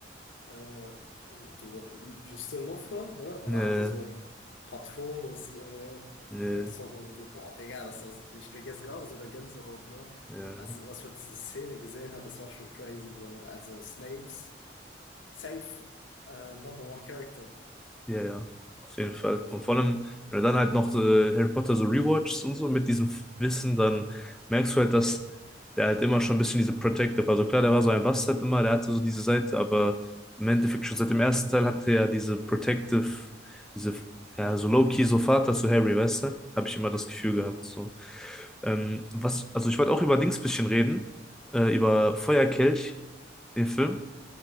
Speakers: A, on the left; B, in the centre.
A: äh, so, you still love her, ne? Und
B: ja
A: dann hat er hatte so Patronus äh,
B: ja
A: Hexzauber mit dem, boah, Digga, das, das, ich krieg jetzt gerade sogar Gänsehaut, ne?
B: ja
A: Also, was man diese Szene gesehen hat, das war schon crazy, bro. Also, Snapes, safe äh, number one Character,
B: ja, ja, auf jeden Fall.
A: muss man
B: Und
A: schon
B: vor
A: sagen.
B: allem, wenn du dann halt noch so Harry Potter so rewatchst und so mit diesem Wissen, dann merkst du halt, dass der halt immer schon ein bisschen diese Protective war. Also klar, der war so ein Bastard immer, der hatte so diese Seite, aber im Endeffekt schon seit dem ersten Teil hatte er diese Protective, diese, ja, so low-key, so Vater zu Harry, weißt du? Habe ich immer das Gefühl
A: Ja,
B: gehabt,
A: ja.
B: so. Ähm, was, also ich wollte auch über Dings bisschen reden, äh, über Feuerkelch, den Film.